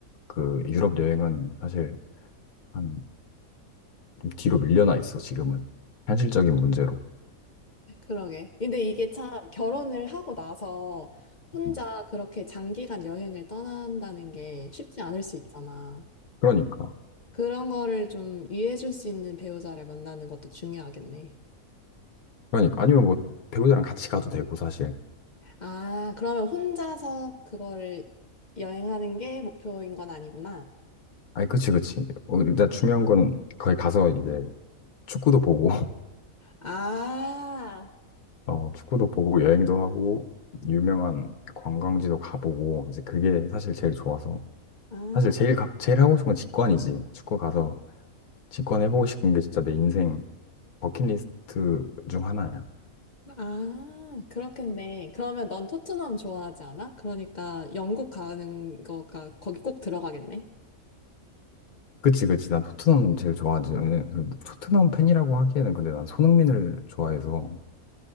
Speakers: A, on the left; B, on the left.
A: 그 유럽 여행은 사실 한좀 뒤로 밀려나 있어, 지금은. 현실적인 문제로.
B: 그러게. 근데 이게 참 결혼을 하고 나서 혼자
A: 음.
B: 그렇게 장기간 여행을 떠난다는 게 쉽지 않을 수 있잖아.
A: 그러니까.
B: 그런 거를 좀 이해해줄 수 있는 배우자를 만나는 것도 중요하겠네.
A: 그러니까. 아니면 뭐 배우자랑 같이 가도 되고, 사실.
B: 아, 그러면 혼자서 그거를 여행하는 게 목표인 건 아니구나.
A: 아니, 그치, 그치. 어, 일단 중요한 건 거기 가서 이제 축구도 보고, <laughs>
B: 아,
A: 어, 축구도 보고 여행도 하고, 유명한 관광지도 가보고, 이제 그게 사실 제일 좋아서.
B: 아,
A: 사실 제일, 가- 제일 하고 싶은 건 직관이지. 축구 가서 직관해보고 싶은 게 진짜 내 인생 버킷리스트 중 하나야.
B: 아, 그렇겠네. 그러면 넌 토트넘 좋아하지 않아? 그러니까 영국 가는 거가 거기 꼭 들어가겠네.
A: 그치, 그치. 난 토트넘 제일 좋아하지. 왜냐면 토트넘 팬이라고 하기에는 근데 난 손흥민을 좋아해서,